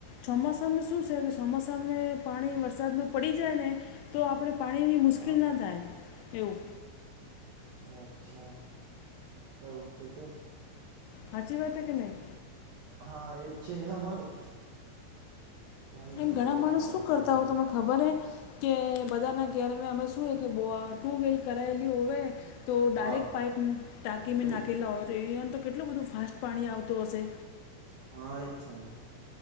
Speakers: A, on the left; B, on the right.
A: ચોમાસાને શું છે કે ચોમાસાને પાણી વરસાદનું પડી જાય ને તો આપણે પાણીની મુશ્કેલ
B: હા
A: ના થાય એવું.
B: અચ્છા એવું છે કે.
A: હાચી વાત કે નહીં.
B: હા એજ છે ને અમારું પાણી
A: એમ
B: બરોબર
A: ઘણા માણસ
B: આવું
A: શું
B: જોઈએ.
A: કરતા હોય તમને ખબર હ કે બધાના ઘરમાં અમે શુંએ કે બ ટુ વ્હીલ કરાયેલી હોય તો ડાયરેક્ટ
B: હા
A: પાઈપ ટાંકી
B: સુઈ
A: મે નાખેલા હોય તો એહીંઆ તો કેટલું બધું ફાસ્ટ પાણી આવતું હશે.
B: હા એ છે ને.